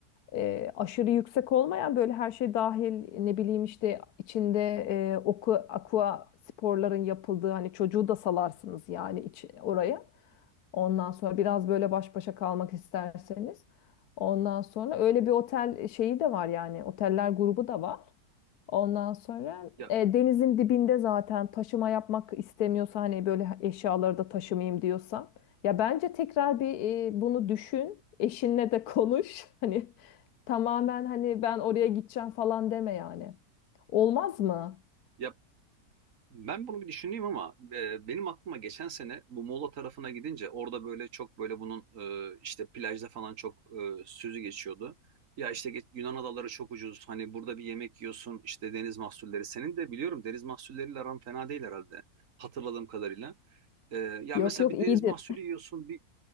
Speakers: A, on the left; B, on the right.
A: Ee, aşırı yüksek olmayan böyle her şey dahil ne bileyim işte içinde e, oku, aqua sporların yapıldığı hani çocuğu da salarsınız yani iç, oraya. Ondan sonra biraz böyle baş başa kalmak isterseniz. Ondan sonra öyle bir otel şeyi de var yani oteller grubu da var. Ondan sonra
B: Ya,
A: e, denizin dibinde zaten taşıma yapmak istemiyorsa hani böyle eşyaları da taşımayayım diyorsan. Ya bence tekrar bir e, bunu düşün. Eşinle de konuş. <laughs> Hani tamamen hani ben oraya gideceğim falan deme yani. Olmaz mı?
B: ya ben bunu bir düşüneyim ama e, benim aklıma geçen sene bu Muğla tarafına gidince orada böyle çok böyle bunun e, işte plajda falan çok e, sözü geçiyordu. Ya işte geç- Yunan adaları çok ucuz. Hani burada bir yemek yiyorsun işte deniz mahsulleri. Senin de biliyorum deniz mahsulleriyle aran fena değil herhalde. Hatırladığım kadarıyla. E, ya
A: Yok
B: mesela
A: yok
B: bir
A: iyidir.
B: deniz mahsulü yiyorsun, bir